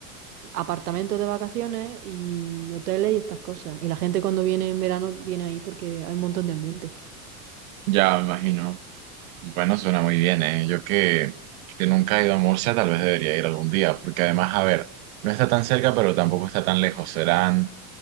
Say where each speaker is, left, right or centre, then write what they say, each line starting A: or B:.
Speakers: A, on the right; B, on the right.
A: apartamentos de vacaciones y hoteles y estas cosas. Y la gente cuando viene en verano viene ahí porque hay un montón de ambiente.
B: Ya me imagino. Bueno, suena muy bien, ¿eh? Yo que, que nunca he ido a Murcia, tal vez debería ir algún día, porque además, a ver, no está tan cerca, pero tampoco está tan lejos. Serán